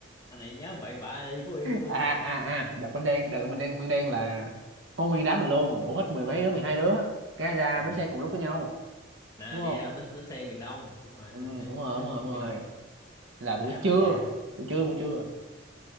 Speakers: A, on the left; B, on the right.
A: anh này nhớ bậy bạ đi Phú Yên luôn
B: à
A: rồi
B: à à đợt mình đen đợt mình đen mình đen là có nguyên đám mình luôn đủ hết mười mấy đứa
A: à
B: mười hai đứa cái ra
A: xong
B: bến
A: rồi
B: xe cùng lúc với nhau
A: nè
B: đúng
A: đi
B: không
A: ra bến, bến xe miền Đông đúng rồi
B: ừ đúng
A: bến xe
B: rồi
A: bến xe
B: đúng
A: miền
B: rồi đúng rồi
A: Đông á,
B: là buổi
A: cả đám
B: trưa
A: đi ra
B: buổi trưa buổi trưa